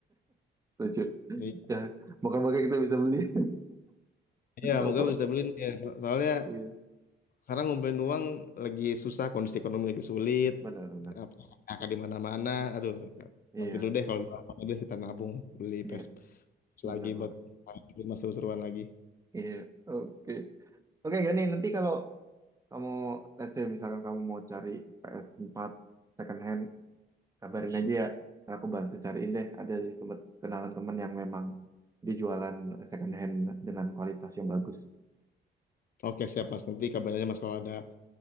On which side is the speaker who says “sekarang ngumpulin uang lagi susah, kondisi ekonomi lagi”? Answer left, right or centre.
Left